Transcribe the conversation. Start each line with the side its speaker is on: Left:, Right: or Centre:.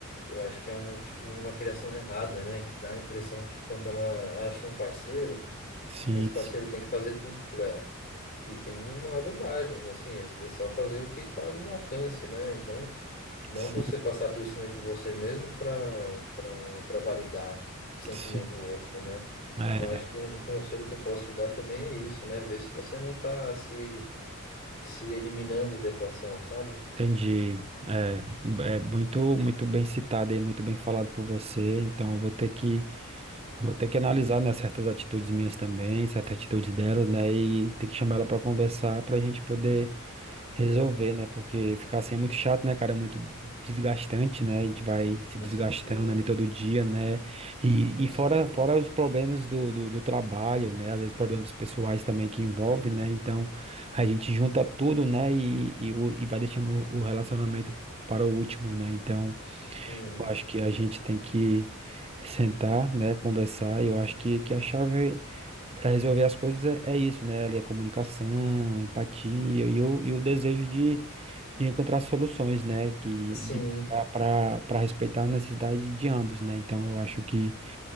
Left: Eu acho que é um, tipo, uma criação errada, né? Que dá a impressão que quando ela acha um parceiro,
Right: Sim,
Left: esse parceiro
Right: sim,
Left: tem que fazer tudo por ela. E que não, não é verdade, né? assim, é é só fazer o que está no alcance, né? E Não, não
Right: sim,
Left: você passar por cima de você mesmo para para para validar o sentimento
Right: sim.
Left: do outro, né?
Right: É.
Left: Então, acho que um, um conselho que eu posso te dar também é isso, né? Ver se você não está se, se eliminando da equação, sabe?
Right: Entendi. É, é muito, muito bem citado e muito bem falado por você. Então, eu vou ter que, vou ter que analisar, né, certas atitudes minhas também, certas atitudes delas, né, e ter que chamar ela para conversar para a gente poder resolver, né? Porque ficar assim é muito chato, né, cara? É muito desgastante, né? A gente vai se
Left: Com
Right: desgastando
Left: certeza,
Right: ali todo dia, né? E,
Left: com
Right: e fora,
Left: certeza.
Right: fora os problemas do, do, do trabalho, né? Às vezes problemas pessoais também que envolvem, né? Então a gente junta tudo, né? E, e, o- e vai deixando o o relacionamento para o último, né? Então.
Left: Uhum.
Right: Eu acho que a gente tem que sentar, né, conversar. e Eu acho que, que a chave para resolver as coisas é, é isso, né? Ali a comunicação, empatia e o, e o desejo de, de encontrar soluções, né? Que
Left: Sim,
Right: para respeitar a necessidade de ambos, né? Então eu acho que,